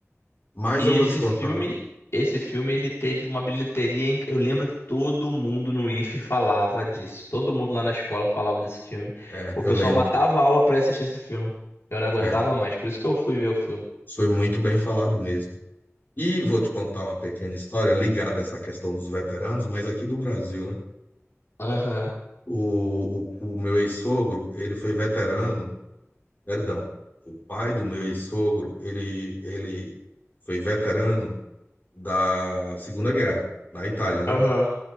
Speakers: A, on the left; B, on the left.
A: Mas
B: E
A: eu vou
B: esse
A: te contar.
B: filme, esse filme ele teve uma bilheteria, inc- eu lembro que todo mundo no IFE falava disso. Todo mundo lá na escola falava desse filme.
A: É,
B: O
A: eu
B: pessoal
A: lembro.
B: matava a aula pra assistir esse filme. Eu não aguentava
A: É,
B: mais, por isso que eu fui ver o filme.
A: foi muito bem falado mesmo. E vou te contar uma pequena história ligada a essa questão dos veteranos, mas aqui do Brasil, né?
B: Aham.
A: O, o, o meu ex-sogro, ele foi veterano, perdão, o pai do meu ex-sogro, ele, ele foi veterano da Segunda Guerra, na Itália, né?
B: Aham.